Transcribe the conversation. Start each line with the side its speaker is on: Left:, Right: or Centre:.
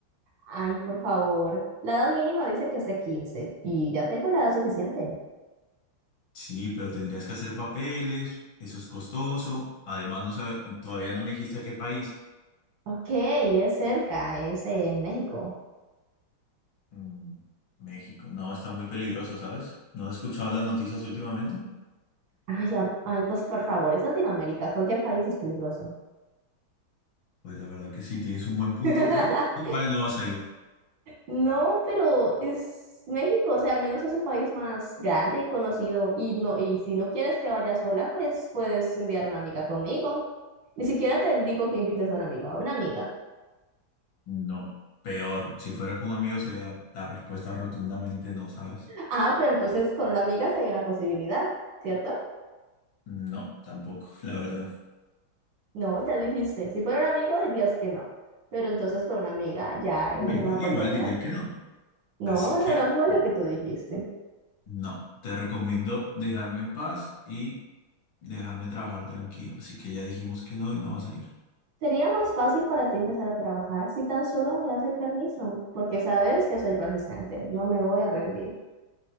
Right: Ay, por favor. La edad mínima dice que es de 15 y ya tengo la edad suficiente.
Left: Sí, pero tendrías que hacer papeles. Eso es costoso. Además, no sabe- todavía no me dijiste a qué país.
Right: Ok, es cerca, es en México.
Left: Mm, México. No, está muy peligroso, ¿sabes? ¿No has escuchado las noticias últimamente?
Right: Ay, ya- ay, pues por favor, es Latinoamérica, cualquier país es peligroso.
Left: Pues la verdad que sí, tienes un buen
Right: <laughs>
Left: punto, pero igual no vas a ir.
Right: No, pero es México, o sea, al menos es un país más grande y conocido. Y no, y si no quieres que vaya sola, pues puedes enviar una amiga conmigo. Ni siquiera te digo que invites a un amigo, a una amiga.
Left: No, peor. Si fuera con un amigo sería la respuesta rotundamente no, ¿sabes?
Right: Ah, pero entonces con una amiga sí hay una posibilidad, ¿cierto?
Left: No, tampoco, <laughs> la verdad.
Right: No, ya dijiste. Si fuera un amigo dirías que no. Pero entonces con una amiga ya hay
Left: Amiga,
Right: una No, oportunidad.
Left: igual diría que no.
Right: No,
Left: Así que,
Right: eso no fue
Left: bueno,
Right: lo que tú dijiste.
Left: no, te recomiendo dejarme en paz y dejarme trabajar tranquilo. Así que ya dijimos que no y no vas a ir.
Right: Sería más fácil para ti empezar a trabajar si tan solo me das el permiso, porque sabes que soy persistente, no me voy a rendir.